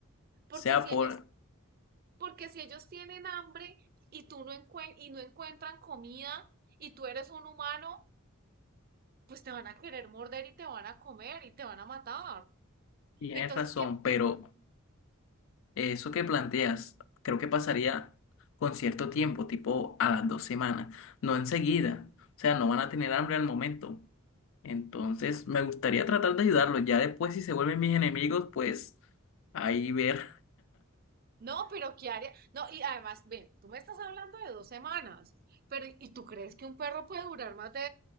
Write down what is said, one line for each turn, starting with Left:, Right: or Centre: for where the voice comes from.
Right: Porque
Left: sea
Right: si
Left: por,
Right: ellos, porque si ellos tienen hambre y tú no encuen- y no encuentran comida y tú eres un humano, pues te van a querer morder y te van a comer y te van a matar.
Left: tienes
Right: Entonces,
Left: razón,
Right: ¿qué
Left: pero... Eso que planteas, creo que pasaría con cierto tiempo, tipo a las dos semanas, no enseguida. O sea, no van a tener hambre al momento. Entonces, me gustaría tratar de ayudarlos. Ya después, si se vuelven mis enemigos, pues ahí ver,
Right: No, pero ¿qué haría? No, y además, ven, tú me estás hablando de dos semanas, pero ¿y tú crees que un perro puede durar más de